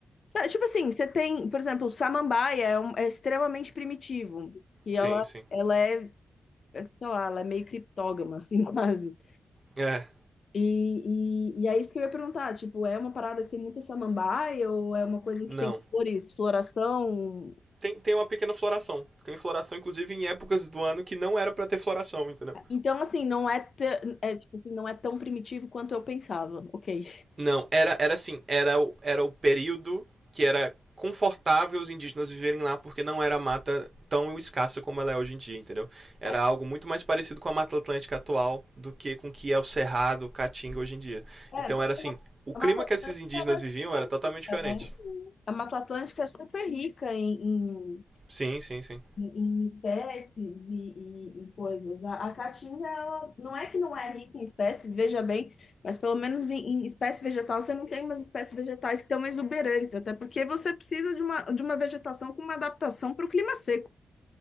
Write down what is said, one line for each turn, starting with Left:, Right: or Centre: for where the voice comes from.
Left: Sa- Tipo assim, você tem, por exemplo, samambaia é, um- é extremamente primitivo, que
Right: Sim,
Left: ela,
Right: sim.
Left: ela é, é, sei lá, ela é meio criptógama, assim, <laughs> quase.
Right: É,
Left: E, e, e é isso que eu ia perguntar, tipo, é uma parada que tem muita samambaia ou é uma coisa que
Right: não.
Left: tem flores, floração
Right: Tem, tem uma pequena floração. Tem floração, inclusive, em épocas do ano que não era pra ter floração, entendeu?
Left: Então, assim, não é, tã- é, tipo assim, não é tão primitivo quanto eu pensava. Ok.
Right: Não, era, era assim, era, era o período que era confortável os indígenas viverem lá, porque não era mata tão escassa como ela é hoje em dia, entendeu? Era
Left: É,
Right: algo muito mais parecido com a Mata Atlântica atual do que com o que é o Cerrado, o Caatinga hoje em dia.
Left: é,
Right: Então
Left: porque
Right: era assim,
Left: a
Right: o
Left: a
Right: clima
Left: Mata Atlântica
Right: que esses indígenas
Left: ela é
Right: viviam
Left: super
Right: era totalmente
Left: rica,
Right: diferente.
Left: não é? A Mata Atlântica é super rica em, em,
Right: Sim, sim, sim.
Left: em- em espécies e, e- e coisas. A, a Caatinga, ela não é que não é rica em espécies, veja bem, mas pelo menos em, em espécie vegetal você não tem umas espécies vegetais tão exuberantes, até porque você precisa de uma, de uma vegetação com uma adaptação para o clima seco.